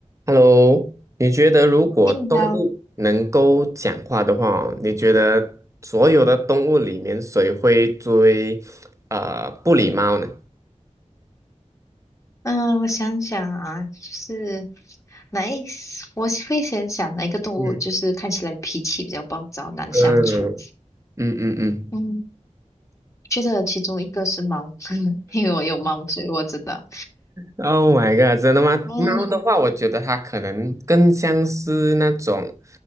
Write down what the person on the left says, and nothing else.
哎，你好，
嗯、我想想啊，就是哪一，我会先想哪一个动物，
就是看起来脾气比较暴躁，难相处。
嗯，觉得其中一个是猫，<laughs> 因为我有猫，所以我知道。
嗯